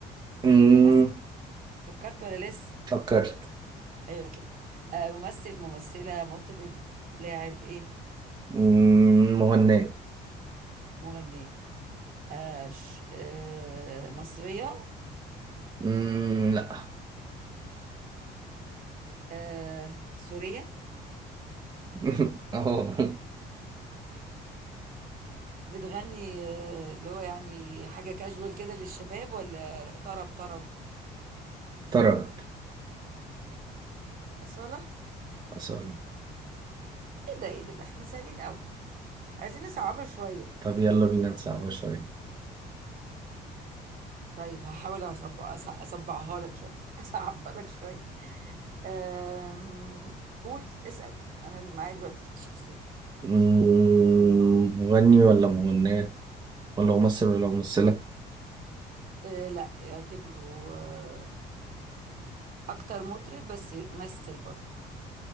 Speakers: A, on the right; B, on the right.
A: مم.
B: ممثل فكرت ولا لسه
A: فكرت
B: ايوه كده آه ممثل ممثلة مطرب لاعب ايه
A: مم. مغنية
B: مغنية آه ش... آه مصرية
A: مم. لا
B: آه سورية
A: <laughs> اهو
B: بتغني آه اللي هو يعني حاجة كاجوال كده للشباب ولا طرب طرب
A: طرب
B: أصالة
A: اصلا
B: ايه ده ايه ده ده احنا سهلين قوي عايزين نصعبها شوية
A: طب يلا بينا نصعبها شوية
B: طيب هحاول أصب... أص- أصبعها لك شوية <laughs> أصعبها لك شوية أم... قول اسأل أنا اللي معايا دلوقتي الشخصية
A: مم. مغني ولا مغنية ولا ممثل ولا ممثلة
B: أه لا اعتبره آه، أكتر مطرب بس مثل برضه